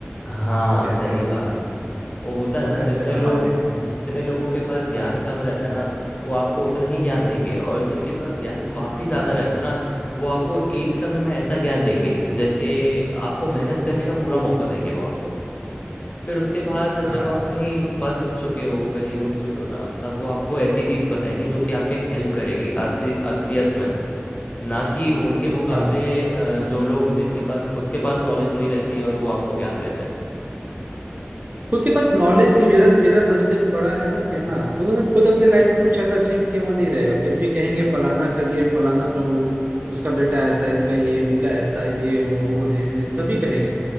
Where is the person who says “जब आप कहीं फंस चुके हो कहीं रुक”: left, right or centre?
Left